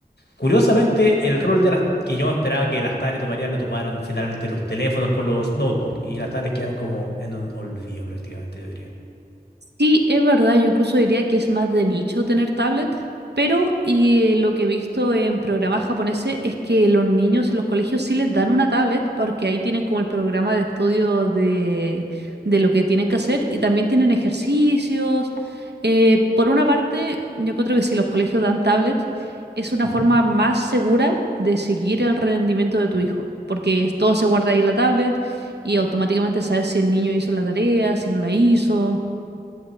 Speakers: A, on the left (about 80°); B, on the right (about 85°).
A: Curiosamente, el rol de las que yo esperaba que las tablets tomarían, lo tomaron finalmente los teléfonos con los notebooks y las tablets quedaron como en un olvido prácticamente, yo diría.
B: Sí, es verdad, yo incluso diría que es más de nicho tener tablet, pero y eh, lo que he visto en programas japoneses es que los niños en los colegios sí les dan una tablet porque ahí tienen como el programa de estudio de, de lo que tienen que hacer y también tienen ejercicios. Eh, por una parte, yo encuentro que si los colegios dan tablet es una
A: Ujú.
B: forma más segura de seguir el rendimiento de tu hijo, porque todo se guarda ahí en la tablet y automáticamente sabes si el niño hizo la tarea, si no la hizo.